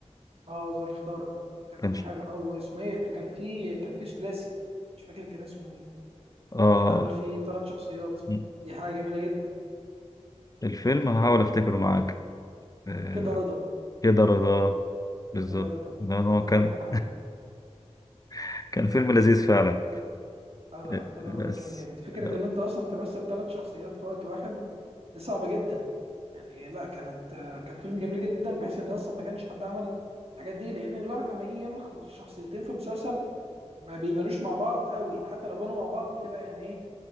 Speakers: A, on the right; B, on the left.
A: اه ظرف طارق كان
B: كان
A: فيلم
B: ش-
A: حلو او اسمه ايه اللي كان فيه كان فيه ثلاثي مش فاكر كان اسمه ايه
B: اه
A: كان عامل فيه ثلاث شخصيات
B: مم.
A: دي حاجه جميله جدا
B: الفيلم هحاول افتكره معاك آه،
A: كده رضا
B: كده رضا بالظبط
A: كده رضا
B: لان
A: انا
B: هو
A: افتكرت
B: كان
A: حالا
B: <laughs> كان فيلم لذيذ فعلا
A: لا لا
B: آه،
A: لا كده
B: بس
A: رضا كان جامد فكره
B: آه،
A: ان انت اصلا تمثل ثلاث شخصيات في وقت واحد دي صعبه جدا يعني لا كانت آه، كان فيلم جميل جدا بحيث ان اصلا ما كانش حد عمل الحاجات دي لان الواحد لما يجي يعمل خ- شخصيتين في مسلسل ما بيبانوش مع بعض قوي حتى لو بانوا مع بعض بتبقى يعني ايه